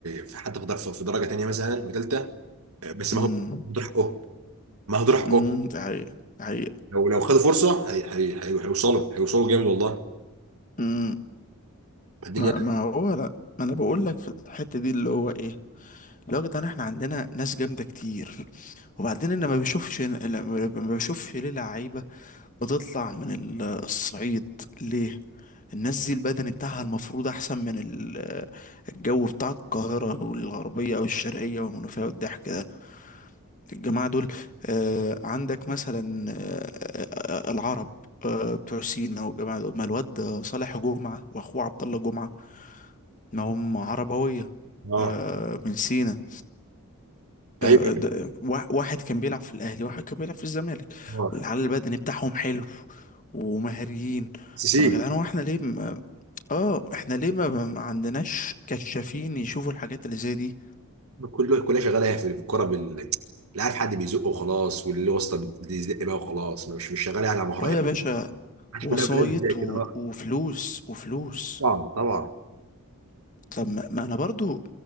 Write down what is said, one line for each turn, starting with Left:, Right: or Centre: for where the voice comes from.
Right: في حتى في در- في درجه تانيه مثلا وثالثه بس
Left: امم
Right: ما هو هدول حقهم ما هدول حقهم
Left: امم ده حقيقة ده حقيقة
Right: لو لو خدوا فرصه هي هي هي هيوصلوا هيوصلوا جامد والله
Left: امم
Right: الدنيا
Left: ما... ما هو لا ما انا بقول لك في الحتة دي اللي هو ايه لو يا جدعان احنا عندنا ناس جامدة كتير وبعدين انا ما بشوفش ما بشوفش ليه لعيبة بتطلع من ال- الصعيد ليه الناس دي البدني بتاعها المفروض احسن من ال- الجو بتاع القاهرة والغربية والشرقية والمنوفية والضحك ده الجماعة دول آه، عندك مثلا آه، آه، العرب آه، بتوع سينا والجماعة دول ما الواد صالح جمعة واخوه عبد الله جمعة ما هم عربوية
Right: اه
Left: آه، من سينا
Right: ايوه
Left: آه، ده- وا- واحد كان بيلعب في الاهلي واحد كان بيلعب في الزمالك
Right: اه
Left: والعلى البدني بتاعهم حلو ومهاريين
Right: سي
Left: طب
Right: سي
Left: يا جدعان هو احنا ليه ما... اه احنا ليه ما, ما ما عندناش كشافين يشوفوا الحاجات اللي زي دي
Right: كله كلها شغاله في الكوره بال لا عارف حد بيزقه وخلاص واللي واسطه بتزق بقى وخلاص مش مش شغاله يعني على مهاره
Left: اه يا
Right: قوي
Left: باشا
Right: عشان
Left: وسايط
Right: كلها كلها بتزق كده
Left: و...
Right: آه.
Left: وفلوس وفلوس
Right: طبعا طبعا
Left: طب ما... ما انا برضو